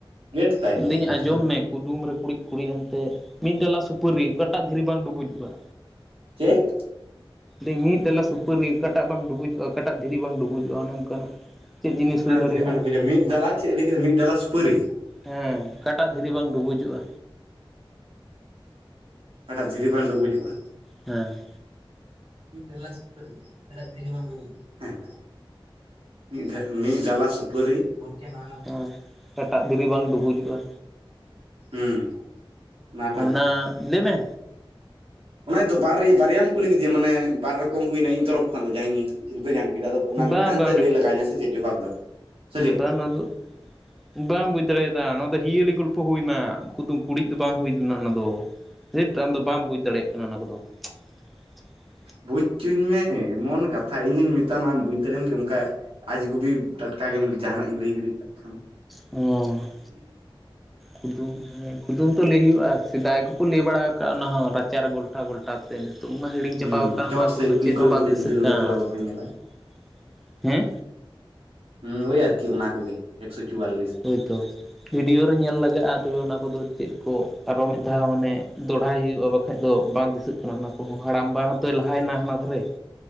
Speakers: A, on the right (about 80°); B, in the centre.
A: ᱜᱮᱴ ᱛᱟᱭ
B: ᱞᱟᱹᱭᱫᱟᱹᱧ
A: ᱫᱚ ᱱᱩᱭ
B: ᱟᱸᱡᱚᱢ
A: ᱫᱚ
B: ᱢᱮ ᱠᱩᱫᱩᱢ ᱨᱮ ᱠᱩᱲᱤᱫ ᱠᱩᱲᱤ ᱚᱱᱛᱮ ᱢᱤᱫ ᱰᱟᱞᱟ ᱥᱩᱯᱟᱹᱨᱤ ᱚᱠᱟᱴᱟᱜ ᱫᱷᱤᱨᱤ ᱵᱟᱝ ᱰᱩᱵᱩᱡᱚᱜᱼᱟ?
A: ᱪᱮᱜ
B: ᱫᱟᱹᱧ ᱢᱤᱫ ᱰᱟᱞᱟ ᱥᱩᱯᱟᱹᱨᱤ ᱚᱴᱟᱜ ᱵᱟᱝ ᱰᱩᱵᱩᱡᱚᱜᱼᱟ ᱚᱴᱟᱜ ᱫᱷᱤᱨᱤ ᱵᱟᱝ ᱰᱩᱵᱩᱡᱚᱜᱼᱟ ᱚᱱᱮ ᱚᱱᱠᱟᱱᱟᱜ ᱪᱮᱫ ᱡᱤᱱᱤᱥ
A: ᱚᱠᱟᱴᱟᱜ
B: ᱦᱩᱭ ᱫᱟᱲᱮᱭᱟᱜᱼᱟ
A: ᱫᱷᱤᱨᱤ ᱵᱟᱝ ᱰᱩᱵᱚᱡᱚᱜ-ᱟ ᱢᱤᱫ ᱰᱟᱞᱟ ᱪᱮᱫ ᱮ ᱞᱟᱹᱭ ᱠᱮᱫᱟ ᱢᱤᱫ ᱰᱟᱞᱟ ᱥᱩᱯᱟᱹᱨᱤ
B: ᱦᱚᱸ ᱚᱠᱟᱴᱟᱜ ᱫᱷᱤᱨᱤ ᱵᱟᱝ ᱰᱩᱵᱩᱡᱚᱜᱼᱟ᱾
A: ᱚᱠᱟᱴᱟᱜ ᱫᱷᱤᱨᱤ ᱵᱟᱝ ᱰᱩᱵᱩᱡᱚᱜᱼᱟ
B: ᱦᱮᱸ
A: ᱢᱤᱫ ᱰᱟᱞᱟ ᱥᱩᱯᱟᱹᱨᱤ ᱚᱠᱟᱴᱟᱜ ᱫᱷᱤᱨᱤ ᱵᱟᱝ ᱰᱩᱵᱩᱡᱚᱜ ᱦᱮᱸ ᱢᱤᱫ ᱴᱷᱮᱜ ᱢᱤᱫ ᱰᱟᱞᱟ ᱥᱩᱯᱟᱹᱨᱤ ᱜᱚᱝᱠᱮ ᱱᱚᱣᱟ ᱨᱮᱱᱟᱜ
B: ᱦᱮᱸ ᱚᱠᱟᱴᱟᱜ ᱫᱷᱤᱨᱤ ᱵᱟᱝ ᱰᱩᱵᱩᱡᱚᱜ-ᱟ
A: ᱦᱩᱸ ᱢᱟ ᱛᱟᱦᱚᱞᱮ
B: ᱚᱱᱟ ᱞᱟᱹᱭ ᱢᱮ
A: ᱚᱱᱟ ᱜᱮᱛᱚ ᱵᱟᱨ ᱵᱟᱨᱭᱟᱢ ᱠᱩᱞᱤ ᱠᱮᱫᱤᱧᱟ ᱢᱟᱱᱮ ᱵᱟᱨ ᱨᱚᱠᱚᱢ ᱦᱩᱭᱱᱟ ᱤᱧ ᱛᱚᱨᱚᱯ ᱠᱷᱚᱱ ᱫᱚ ᱡᱟᱦᱟᱸᱧ <inaudible> ᱪᱤᱱᱛᱟᱹ ᱧᱟᱢ ᱠᱮᱫᱟ ᱟᱫᱚ ᱚᱱᱟ
B: ᱵᱟᱝ
A: ᱢᱤᱫᱴᱟᱝ
B: ᱵᱟᱝ
A: ᱛᱮ ᱞᱟᱹᱭ ᱞᱟᱜᱟᱣ ᱤᱧᱟ ᱥᱮ ᱡᱚᱵᱟᱵ ᱫᱚ ᱥᱮ ᱪᱮᱫ
B: ᱚᱱᱟ ᱫᱚ ᱵᱟᱢ ᱵᱩᱡᱽ ᱫᱟᱲᱮᱭᱟᱫᱟ ᱱᱚᱣᱟ ᱫᱚ ᱦᱤᱭᱟᱹᱞᱤ ᱜᱚᱞᱯᱷᱚ ᱦᱩᱭᱮᱱᱟ ᱠᱩᱫᱩᱢ ᱠᱩᱲᱤᱫ ᱫᱚ ᱵᱟᱝ ᱦᱩᱭ ᱞᱮᱱᱟ ᱚᱱᱟ ᱫᱚ ᱾ ᱫᱷᱮᱴ ᱟᱢᱫᱚ ᱵᱟᱢ ᱵᱩᱡᱽ ᱫᱟᱲᱮᱭᱟᱜ ᱠᱟᱱᱟ ᱚᱱᱟ ᱠᱚᱫᱚ ᱾ <inaudible>
A: ᱵᱩᱡᱽᱪᱚᱧ ᱢᱮ ᱮᱢᱚᱱ ᱠᱟᱛᱷᱟ ᱤᱧ ᱦᱚᱧ ᱢᱮᱛᱟᱢᱟ ᱟᱢ ᱵᱩᱡᱽ ᱫᱟᱲᱮᱭᱟᱜ ᱟᱢ ᱠᱤ ᱚᱱᱠᱟ ᱟᱡᱜᱩᱵᱤ ᱴᱟᱴᱠᱟ ᱜᱮᱢ ᱡᱟᱦᱟᱱᱟᱜ ᱜᱮ ᱞᱟᱹᱭ ᱜᱤᱰᱤ ᱠᱟᱜ ᱠᱷᱟᱱ ᱾
B: ᱚᱸ᱾ ᱠᱩᱫᱩᱢ ᱦᱮᱸ ᱠᱩᱫᱩᱢ ᱛᱚ ᱞᱟᱹᱭ ᱦᱩᱭᱩᱜ-ᱟ ᱥᱮᱫᱟᱭ ᱠᱚᱠᱚ ᱞᱟᱹᱭ ᱵᱟᱲᱟ ᱟᱠᱟᱫ-ᱟ ᱚᱱᱟ ᱦᱚᱸ ᱨᱟᱪᱟ ᱨᱮ ᱜᱟᱷᱞᱴᱟ ᱜᱷᱚᱞ ᱴᱟ ᱛᱮ ᱱᱤᱛᱚᱝ ᱢᱟ ᱦᱤᱲᱤᱧ
A: ᱦᱩᱸ
B: ᱪᱟᱵᱟᱣ ᱟᱠᱟᱱ
A: ᱪᱚᱴ
B: ᱚᱱᱟ
A: ᱥᱮ
B: ᱠᱚᱫᱚ
A: ᱤᱯᱤᱞ
B: ᱪᱮᱫ
A: ᱠᱚᱭᱚᱜ
B: ᱦᱚᱸ ᱵᱟᱝ
A: ᱠᱟᱛᱮ
B: ᱫᱤᱥᱟᱹᱜ
A: ᱧᱤᱫᱟᱹ ᱟᱹᱲᱟᱹ
B: ᱠᱟᱱ
A: ᱠᱚ ᱞᱟᱞᱚᱯᱮ ᱧᱮᱞᱟ
B: ᱾ <inaudible> ᱦᱮᱸ?
A: ᱦᱮᱸ ᱳᱭ ᱟᱨᱠᱤ ᱚᱱᱟ ᱠᱚᱜᱮ ᱾ ᱮᱠᱥᱚ ᱪᱩᱣᱟᱞ
B: ᱦᱳᱭ ᱛᱳ ᱵᱷᱤᱰᱤᱭᱳ ᱨᱮ ᱧᱮᱞ ᱞᱟᱜᱟᱜ-ᱟ ᱛᱚᱵᱮ ᱚᱱᱟ ᱠᱚᱫᱚ ᱪᱮᱫ ᱠᱚ ᱟᱨᱦᱚᱸ ᱢᱤᱫ ᱫᱷᱟᱣ ᱢᱟᱱᱮ ᱫᱚᱲᱦᱟᱭ ᱦᱩᱭᱩᱜ-ᱟ ᱵᱟᱠᱷᱟᱡ ᱫᱚ ᱵᱟᱝ ᱫᱤᱥᱟᱹᱜ ᱠᱟᱱᱟ ᱚᱱᱟ ᱠᱚᱦᱚᱸ ᱦᱟᱲᱟᱢᱵᱟ ᱦᱚᱸ ᱛᱚᱭ ᱞᱟᱦᱟᱭᱮᱱᱟ ᱦᱟᱱᱟ ᱫᱷᱟᱨᱮ ᱾